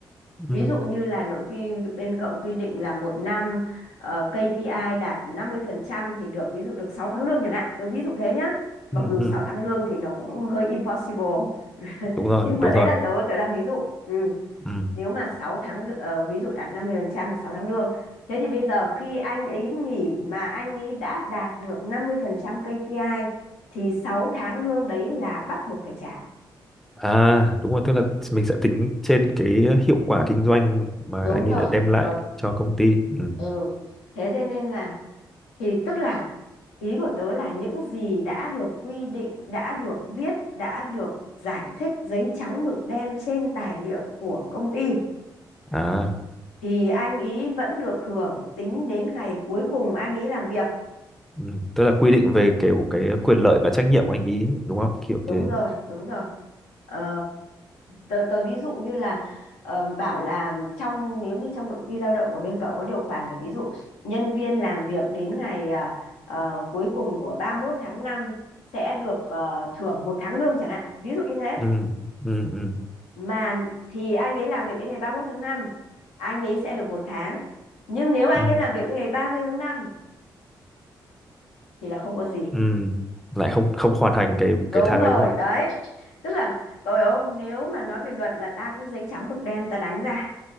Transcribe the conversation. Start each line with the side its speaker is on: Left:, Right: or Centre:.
Left: Ví
Centre: ừ,
Left: dụ như là nội quy bên cậu quy định là một năm ờ, KPI đạt 50% thì được ví dụ được 6 tháng lương chẳng hạn. Tớ ví dụ thế nhá. Mặc
Centre: ừ.
Left: dù
Centre: ừ.
Left: 6 tháng lương thì nó cũng hơi impossible <laughs>
Centre: đúng rồi
Left: nhưng mà
Centre: đúng
Left: đấy
Centre: rồi
Left: là tớ tớ đang ví dụ. Ừ.
Centre: ừ.
Left: Nếu mà 6 tháng lư- ờ, ví dụ đạt 50% là 6 tháng lương. Thế thì bây giờ khi anh ấy nghỉ mà anh ấy đã đạt được 50% KPI thì 6 tháng lương đấy là bắt buộc phải trả.
Centre: à đúng rồi tức là mình sẽ tính trên cái hiệu quả kinh doanh mà
Left: Đúng
Centre: anh
Left: rồi.
Centre: ấy đã đem lại
Left: Ờ,
Centre: cho công ty ừ.
Left: ừ. Thế thế nên là thì tức là ý của tớ là những gì đã được quy định đã được viết đã được giải thích giấy trắng mực đen trên tài liệu của công ty
Centre: à
Left: thì anh ý vẫn được hưởng tính đến ngày cuối cùng anh ý làm việc
Centre: ừ. tức là quy định về kiểu cái quyền lợi và trách nhiệm của anh ý đúng không kiểu
Left: đúng
Centre: thế
Left: rồi đúng rồi Ờ, tớ, tớ ví dụ như là ờ, bảo là trong nếu như trong nội quy lao động của bên cậu có điều khoản là ví dụ nhân viên làm việc đến ngày à, ờ, cuối cùng của 31 tháng 5 sẽ được ờ, thưởng một tháng lương chẳng hạn ví dụ như thế
Centre: ừ. Ừ. Ừ.
Left: mà thì anh ấy làm việc đến ngày 31 tháng 5 anh ấy sẽ được một tháng nhưng nếu anh
Centre: Ừ.
Left: ấy làm việc đến ngày 30 tháng 5 thì là không có gì
Centre: Ừ. lại không không hoàn thành cái
Left: đúng
Centre: cái tháng
Left: rồi
Centre: đấy đúng không
Left: đấy
Centre: ạ
Left: tức là cậu hiểu không nếu mà nói về luật là ta cứ giấy trắng mực đen ta đánh ra